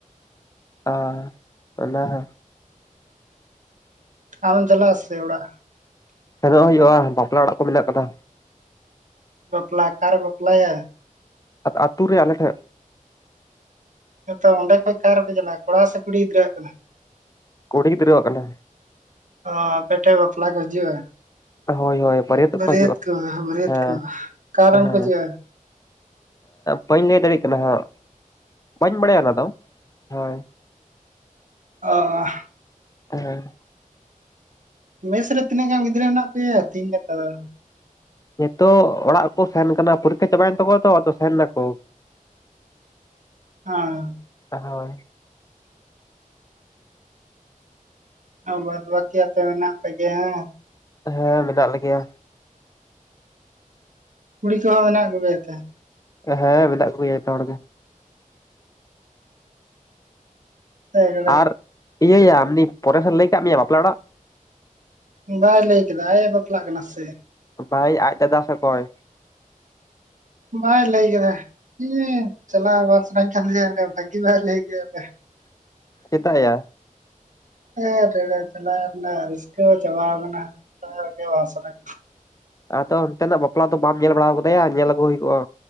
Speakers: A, on the left; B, on the right.
A: ᱚᱻ ᱚᱱᱟ ᱦᱚᱸ
B: ᱟᱢᱮᱢ ᱪᱟᱞᱟᱜ ᱼᱟ ᱥᱮ ᱚᱲᱟᱜ
A: ᱥᱮᱱᱚᱜ ᱦᱩᱭᱩᱜᱼᱟ ᱵᱟᱯᱞᱟ ᱚᱲᱟᱜ ᱠᱚ ᱢᱮᱱᱟᱜ ᱟᱠᱟᱫᱟ
B: ᱵᱟᱯᱞᱟ ᱚᱠᱟᱨᱮ ᱵᱟᱯᱞᱟᱭᱟ
A: ᱟᱫᱚ ᱟᱹᱛᱳ ᱨᱮ ᱟᱞᱮ ᱴᱷᱮᱱ
B: ᱦᱚᱭ ᱛᱚ ᱚᱸᱰᱮ ᱠᱷᱚᱡ ᱚᱠᱟ ᱨᱮᱯᱮ ᱪᱟᱞᱟᱜᱼᱟ ᱠᱚᱲᱟ ᱥᱮ ᱠᱩᱲᱤ ᱜᱤᱫᱽᱨᱟᱹᱣᱟᱜ ᱠᱟᱱᱟ
A: ᱠᱩᱲᱤ ᱜᱤᱫᱽᱨᱟᱹᱣᱟᱜ ᱠᱟᱱᱟ
B: ᱚᱻ ᱟᱯᱮ ᱴᱷᱮᱡ ᱵᱟᱯᱞᱟ ᱠᱚ ᱦᱤᱡᱩᱜᱼᱟ
A: ᱦᱳᱭ ᱦᱳᱭ ᱵᱟᱹᱨᱭᱟᱹᱛᱚᱜ
B: ᱵᱟᱹᱨᱭᱟᱹᱛ
A: ᱦᱤᱡᱩᱜᱼᱟ
B: ᱠᱚ ᱵᱟᱹᱨᱭᱟᱹᱛ
A: ᱦᱮᱸ
B: ᱠᱚ ᱚᱠᱟ ᱨᱤᱱ
A: ᱦᱮᱸ
B: ᱠᱚ ᱦᱤᱡᱩᱜ ᱼᱟ
A: ᱵᱟᱹᱧ ᱞᱟᱹᱭ ᱫᱟᱲᱮᱭᱟᱜ ᱠᱟᱱᱟ ᱦᱟᱸᱜ ᱵᱟᱹᱧ ᱵᱟᱲᱟᱭᱟ ᱚᱱᱟ ᱫᱚ ᱦᱳᱭ
B: ᱟᱻ
A: ᱦᱮᱸᱻ
B: ᱢᱮᱥ ᱨᱮ ᱛᱤᱱᱟᱹᱜ ᱜᱟᱱ ᱜᱤᱫᱽᱨᱟᱹ ᱢᱮᱱᱟᱜ ᱯᱮᱭᱟ ᱛᱮᱦᱮᱧ ᱜᱟᱯᱟ ᱫᱚ
A: ᱱᱤᱛᱚᱜ ᱚᱲᱟᱜ ᱠᱚ ᱥᱮᱱ ᱟᱠᱟᱱᱟ ᱯᱚᱨᱤᱠᱠᱷᱟ ᱪᱟᱵᱟᱭᱮᱱ ᱛᱟᱠᱚᱣᱟ ᱛᱚ ᱟᱫᱚ ᱥᱮᱱ ᱮᱱᱟ ᱠᱚ <inaudible>
B: ᱟᱸᱻ
A: <unintelligible> ᱦᱳᱭ
B: ᱟᱨ ᱵᱟᱫᱽ ᱵᱟᱹᱠᱤ ᱟᱯᱮ ᱢᱮᱱᱟᱜ ᱯᱮᱜᱮᱭᱟ
A: ᱦᱮᱸ ᱢᱮᱱᱟᱜ ᱞᱮᱜᱮᱭᱟ
B: ᱠᱩᱲᱤ ᱠᱚᱦᱚᱸ ᱢᱮᱱᱟᱜ ᱠᱚᱜᱮᱭᱟ ᱥᱮ
A: ᱦᱮᱸ ᱢᱮᱱᱟᱜ ᱠᱚᱜᱮᱭᱟ ᱡᱷᱚᱛᱚ ᱦᱚᱲ ᱜᱮ
B: ᱵᱟᱭ
A: ᱟᱨ ᱤᱭᱟᱹᱭᱟ ᱟᱱᱤ ᱯᱚᱨᱮᱥ ᱮ ᱞᱟᱹᱭ ᱟᱠᱟᱫ ᱢᱮᱭᱟ ᱵᱟᱯᱞᱟ ᱚᱲᱟᱜ
B: ᱵᱟᱭ ᱞᱟᱹᱭ ᱠᱟᱫᱟ ᱟᱡ ᱮ ᱵᱟᱯᱞᱟᱜ ᱠᱟᱱᱟ ᱥᱮ
A: ᱵᱷᱟᱭ ᱟᱡ ᱫᱟᱫᱟ ᱥᱮ ᱚᱠᱚᱭ
B: ᱵᱟᱭ ᱞᱟᱹᱭ ᱠᱮᱫᱟ ᱦᱮᱸ ᱪᱟᱞᱟᱜ ᱵᱟᱝ ᱥᱟᱹᱱᱟᱹᱧ ᱠᱟᱱᱫᱚᱭᱟ <inaudible> ᱵᱷᱟᱹᱜᱤ ᱵᱟᱭ ᱞᱟ. ᱭ ᱠᱮᱫ
A: ᱪᱮᱫᱟᱜ ᱭᱟ
B: ᱦᱮᱸᱴ <unintelligible> ᱨᱟᱹᱥᱠᱟᱹ ᱦᱚᱸ ᱪᱟᱵᱟ ᱟᱠᱟᱱᱟ ᱪᱟᱞᱟᱭ ᱜᱮ ᱵᱟᱝ ᱥᱟᱱᱟ
A: ᱟᱫᱚ ᱚᱱᱛᱮᱱᱟᱜ ᱵᱟᱯᱞᱟ ᱫᱚ ᱵᱟᱢ ᱧᱮᱞ ᱵᱟᱲᱟᱣ ᱟᱠᱟᱫᱟᱭᱟ ᱧᱮᱞ ᱟᱹᱜᱩ ᱦᱩᱭ ᱠᱚᱜᱼᱟ